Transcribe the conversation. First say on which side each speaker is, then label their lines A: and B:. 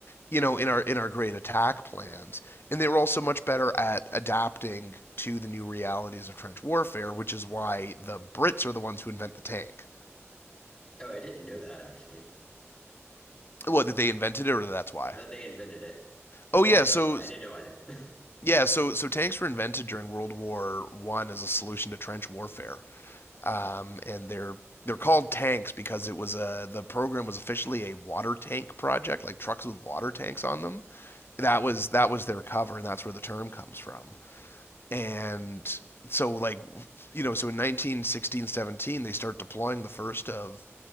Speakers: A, on the left (about 50°); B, on the left (about 20°).
A: you know in our in our great attack plans and they were also much better at adapting to the new realities of trench warfare which is why the brits are the ones who invent the tank
B: <laughs> oh, I didn't know that actually.
A: what that they invented it or that's why
B: That they invented it,
A: oh yeah
B: and
A: so
B: that's why I didn't know either. <laughs>
A: Yeah, so so tanks were invented during World War One as a solution to trench warfare, um, and they're they're called tanks because it was a the program was officially a water tank project, like trucks with water tanks on them. That was that was their cover, and that's where the term comes from. And so like you know, so in 1916, 17, they start deploying the first of